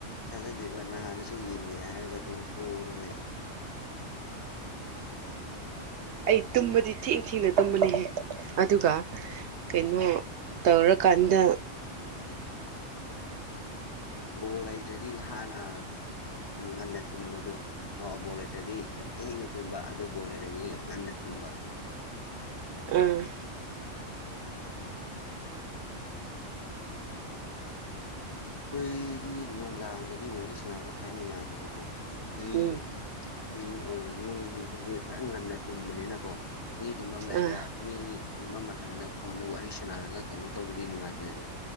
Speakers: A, on the left (about 25°); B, on the right (about 65°).
A: ꯊꯥꯖꯗꯦꯕ ꯅꯍꯥꯟꯗꯁꯨ ꯌꯦꯡꯒꯦ ꯍꯥꯏꯔꯒ ꯑꯗꯨꯝ <unintelligible> ꯂꯩ
B: ꯑꯩ ꯇꯨꯝꯕꯗꯤ ꯊꯦꯡ ꯊꯦꯡꯅ ꯇꯨꯝꯃꯅꯤꯍꯦ ꯑꯗꯨꯒ ꯀꯩꯅꯣ ꯇꯧꯔꯀꯥꯟꯗ
A: ꯕꯣꯜ ꯂꯩꯗ꯭ꯔꯗꯤ ꯍꯥꯟ ꯑ ꯉꯟꯅ ꯇꯨꯝꯕꯗꯣ ꯑꯣ ꯕꯣꯜ ꯂꯩꯇ꯭ꯔꯗꯤ ꯌꯥꯝ ꯊꯦꯡꯅ ꯇꯨꯝꯕ ꯑꯗꯨ ꯕꯣꯜ ꯂꯩꯔꯗꯤ ꯌꯥꯝ ꯉꯟꯅ ꯇꯨꯝꯕ
B: ꯑꯥ
A: ꯑꯩꯈꯣꯏꯗꯤ ꯅꯨꯡꯗꯥꯡꯗꯗꯤ ꯋꯥꯔꯤꯒꯤ ꯁꯥꯟꯅꯕ ꯈꯔ ꯅꯨꯡꯉꯥꯏꯇꯕꯀꯣ ꯃꯤ
B: ꯎꯝ
A: ꯑꯩꯈꯣꯏ ꯏꯃꯨꯡꯒꯤ ꯃꯤꯁꯤꯡꯁꯦ ꯈꯔ ꯉꯟꯅ ꯇꯨꯝꯕꯅꯤꯅꯀꯣ ꯃꯤ ꯇꯨꯝꯃꯝꯗꯥꯏꯗ
B: ꯑꯥ
A: ꯃꯤ ꯇꯨꯝꯕ ꯃꯇꯝꯗ ꯐꯣꯟꯗ ꯋꯥꯔꯤ ꯁꯥꯟꯅꯔꯒ ꯀꯩꯅꯣ ꯇꯧꯕꯗꯤ ꯅꯨꯡꯉꯥꯏꯇꯦꯗꯅ